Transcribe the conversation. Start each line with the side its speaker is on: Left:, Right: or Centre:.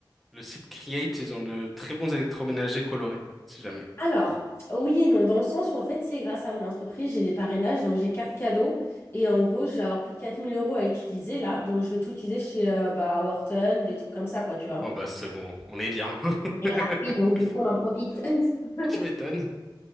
Centre: Le site Create, ils ont de très bons électroménagers colorés, si jamais.
Left: Alors, oui et non, dans le sens où en fait, c'est grâce à mon entreprise, j'ai des parrainages, donc j'ai carte cadeau. Et en gros, je vais avoir plus de 4000 euros à utiliser là. Donc je vais tout utiliser chez euh, bah, Wharton, des trucs comme ça, quoi, tu vois.
Centre: Oh bah c'est bon, on est bien.
Left: C'est
Centre: <laughs>
Left: gratuit, donc du coup, on en profite. <laughs>
Centre: Tu m'étonnes.